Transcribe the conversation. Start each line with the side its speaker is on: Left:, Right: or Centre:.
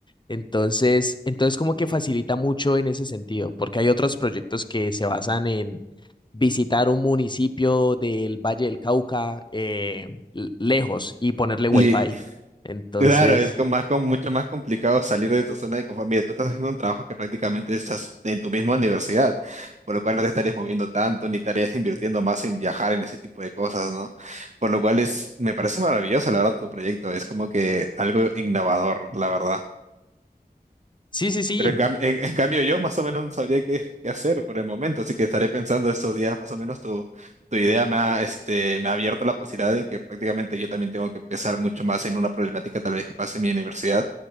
Left: Entonces, entonces como que facilita mucho en ese sentido, porque hay otros proyectos que se basan en visitar un municipio del Valle del Cauca eh, l- lejos y ponerle wifi.
Right: Li-
Left: Entonces,
Right: Claro, es con más, con mucho más complicado salir de tu zona de conformidad. Tú estás haciendo un trabajo que prácticamente estás en tu misma universidad, por lo cual no te estarías moviendo tanto, ni estarías invirtiendo más en viajar en ese tipo de cosas, ¿no? Por lo cual es, me parece maravilloso, la verdad, tu proyecto. Es como que algo innovador, la verdad.
Left: Sí, sí, sí.
Right: Pero en, cam-
Left: <laughs>
Right: en- en cambio yo más o menos no sabría qué, qué hacer por el momento, así que estaré pensando estos días más o menos tu, tu idea me ha, este, me ha abierto la posibilidad en que prácticamente yo también tengo que pensar mucho más en una problemática tal vez que pase en mi universidad